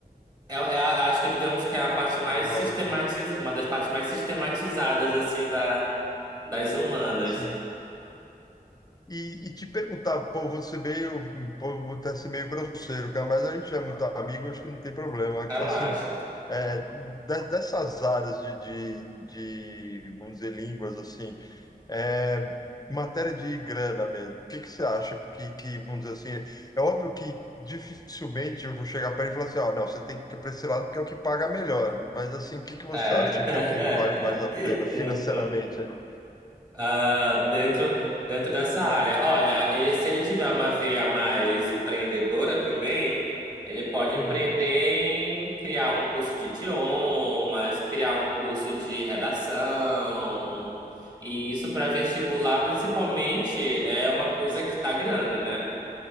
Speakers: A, on the right; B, on the left.
A: É, é a- eu acho que digamos que é a parte mais
B: É uma
A: sistematiz,
B: outra.
A: uma das partes mais sistematizadas, assim, da, das humanas.
B: Sim. E, e te perguntar, pô, você meio, pô, vou até ser meio grosseiro, cara, mas a gente é muito amigo, acho que não tem problema.
A: Relaxa.
B: Assim, é, de- dessas áreas de, de, de, vamos dizer, línguas, assim, é, em matéria de grana mesmo, o que que você acha que, que, vamos dizer assim, é óbvio que dificilmente eu vou chegar perto e falar assim, ó, não, você tem que ir para esse lado porque é o que paga melhor, mas assim, o que que você
A: É.
B: acha que
A: <laughs>
B: é o que vale mais a pena financeiramente ali?
A: Ah, dentro, dentro dessa área. Olha, e se ele tiver uma veia mais empreendedora também, ele pode
B: Uhum.
A: empreender em criar um curso de idiomas, criar um curso de redação. E isso para vestibular, principalmente, é uma coisa que dá grana, né?